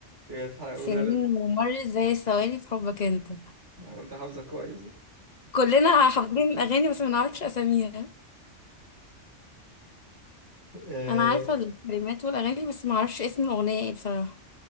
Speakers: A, on the right (about 70°); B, on the left (about 35°).
A: كانت حاجة
B: سنين
A: أغنية لذيذة.
B: ومرت زي الثواني في حبك انت
A: آه، انت حافظة كويس
B: كلنا حافظين اغاني بس ما نعرفش اساميها
A: إيه،
B: انا عارفه الكلمات والاغاني بس ما اعرفش اسم الاغنيه ايه بصراحه